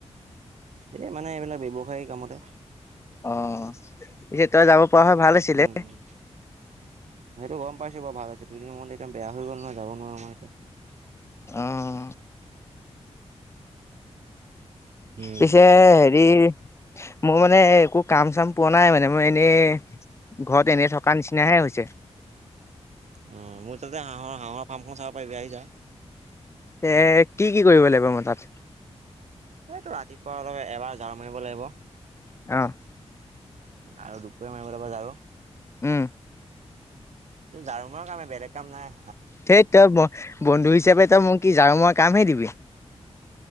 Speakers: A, on the right; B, on the left.
A: এই মানে এইবিলাক ব্যৱসায় কামতে।
B: অ' পি তই যাব পৰা হয় ভাল আছিলে
A: উম, উম। সেইটো গম পাইছো বাৰু ভাল আছে কিন্তু মনটো এয়া বেয়া হৈ গ'ল নহয় যাব নোৱাৰো মই এয়া
B: অ'।
A: উম।
B: পিছে হেৰি মোৰ মানে একো কাম, চাম পোৱা নাই মানে মই এনেই ঘৰত এনেই থকাৰ নিচিনাহে হৈছে।
A: অ, মোৰ তাতে হাঁহৰ, হাঁহৰ ফাৰ্মখন চাব পাৰিবি আহি যা।
B: এ, কি, কি কৰিব লাগিব মই তাত?
A: সেইটো ৰাতিপুৱাৰ লগে এবাৰ জঝাৰ মাৰিব লাগিব।
B: অ'।
A: আৰু দুপৰীয়া মাৰিব লাগিব জাৰো।
B: উম।
A: জাঝাৰু মাৰ কামে বেলেগ কাম নাই।
B: সেই তই বন্ধু হিচাপে তই মোক কি জাঝাৰু মই কামহে দিবি।